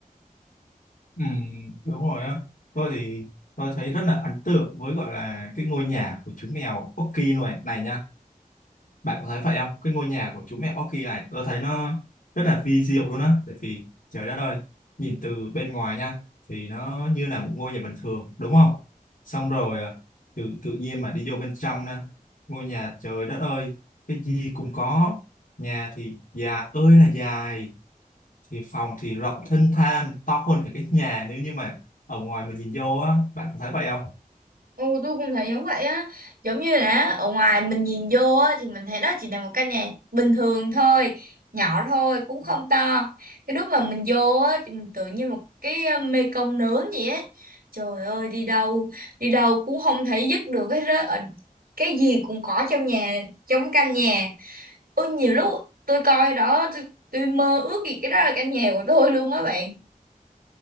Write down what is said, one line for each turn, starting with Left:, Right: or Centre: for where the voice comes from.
Left: ừ, đúng rồi á tôi thì tôi thấy rất là ấn tượng với gọi là cái ngôi nhà của chú mèo Oki này này nha Bạn có thấy vậy không? Cái ngôi nhà của chú mẹ Orchid này tôi thấy nó rất là vi diệu luôn á. Tại vì trời đất ơi, nhìn từ bên ngoài nha thì nó như là một ngôi nhà bình thường đúng không? Xong rồi à, tự tự nhiên mà đi vô bên trong nè, ngôi nhà trời đất ơi, cái gì cũng có. Nhà thì dài ơi là dài, thì phòng thì rộng thênh thang, to hơn cả cái nhà nếu như mà ở ngoài mình nhìn vô á, bạn có thấy vậy không?
Right: Ừ, tôi cũng thấy giống vậy á giống như là ở ngoài mình nhìn vô á thì mình thấy đó chỉ là một căn nhà bình thường thôi nhỏ thôi cũng không to cái lúc mà mình vô á thì mình tưởng như một cái mê công nướng vậy á trời ơi đi đâu đi đâu cũng không thấy dứt được hết á Ở- cái gì cũng có trong nhà trong căn nhà ôi nhiều lúc tôi coi đó tôi, tôi mơ ước gì cái đó là căn nhà của tôi luôn á bạn